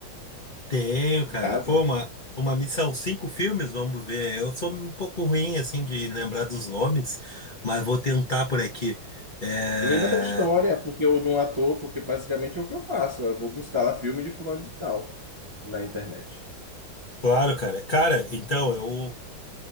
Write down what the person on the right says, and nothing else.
em casa?
Lembra da história, porque eu de um ator, porque basicamente é o que eu faço. Eu vou buscar lá filme de fulano de tal na internet.